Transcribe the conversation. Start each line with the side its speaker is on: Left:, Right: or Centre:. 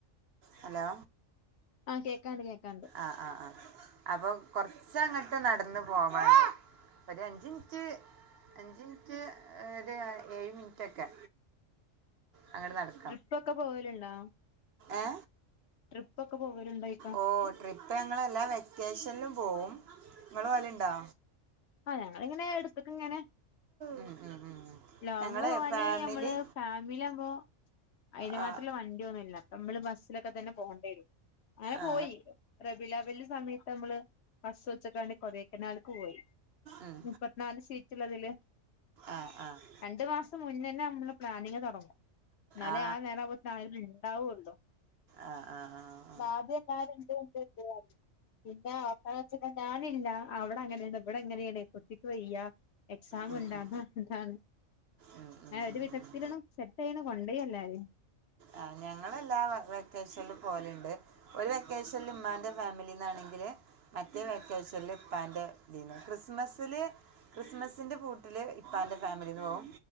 Right: ഹലോ?
Left: ആഹ് കേക്കാണ്ട് കേക്കാണ്ട്.
Right: ആ ആ ആ അപ്പൊ കുറച്ച്ങ്ങോട്ട് നടന്ന് പോവൻ ഇട് ഒരു അഞ്ചിമിനിറ്റ് അഞ്ച് മിനിറ്റ് ഒരു ഏഴ് മിനിറ്റ് ഒക്കെ അങ്ങനെ നടത്ത
Left: ട്രിപ്പ് ഒക്കെ പോവലുണ്ടോ
Right: ഏ
Left: ട്രിപ്പ് ഒക്കെ പോവലുണ്ടോ ഇപ്പ
Right: ഓ ട്രിപ്പ് ഞങ്ങളെല്ലാ വെക്കേഷനിലും പോവും നിങ്ങള് പോവല് ഉണ്ടോ?
Left: ആ ഞങ്ങിങ്ങനെ എടുത്തക്കങ ഇങ്ങനെ
Right: ഉം, ഉം, ഉം.
Left: ലോങ്
Right: ഞങ്ങള്
Left: പോവാന്
Right: ഫാമിലി
Left: നമ്മള് ഫാമിലി ആകുമ്പോ. അയിന് മാത്രമുള്ള
Right: ആ
Left: വണ്ടിന്നുമല്ല. നമ്മള് ബസ്സിലൊക്കെ തന്നെ പോകണ്ടേ വരും. അങ്ങനെ
Right: ആ
Left: പോയി. റബീ അവ്വൽന്റെ സമയത്ത് നമ്മള് ബസ്സ് വെച്ച്ക്കാണ്ട കൊടേക്കനാൽക്ക് പോയി
Right: ഉം.
Left: മുപ്പത്തിനാല് സീറ്റ്ള്ളതില്
Right: ആഹ് ആഹ്
Left: രണ്ടു മാസം മുന്നേന്നെ നമ്മള് പ്ലാനിങ്ങ് തൊടങ്ങും ന്നാലെ
Right: ആ ആ
Left: ആഹ്. നേരവുമ്പ അളുകള് ഇണ്ടാവുള്ളോ
Right: ആഹ് ആഹ് ആഹ്
Left: <unintelligible> പിന്നെ അപ്പ <unintelligible> ഞാനില്ല അവിടെ അങ്ങനെ ഇവിടെ എങ്ങനെണ കുട്ടിക്ക് വയ്യ എക്സാം
Right: ഉം,
Left: ഇണ്ട്
Right: ഉം,
Left: അതാണ് ഇതാണ്
Right: ഉം, ഉം,
Left: ഞാൻ ഒരു വിധത്തിലണ്
Right: ഉം.
Left: സെറ്റ് ആയണ് കൊണ്ടേയി എല്ലാരി
Right: ആഹ് ഞങ്ങളെല്ലാ വെക്കേഷനിലും പോവല്ണ്ട് ഒരു വെക്കേഷൻ ല് ഉമ്മാന്റെ ഫാമിലിന്നാണെങ്കില് മറ്റേ വെക്കേഷൻല് ഉപ്പന്റെ ഇതീന്ന് ക്രിസ്മസില് ക്രിസ്മസിന്റെ പൂട്ടില് ഇപ്പന്റെ ഫാമിലിന്ന് പോകും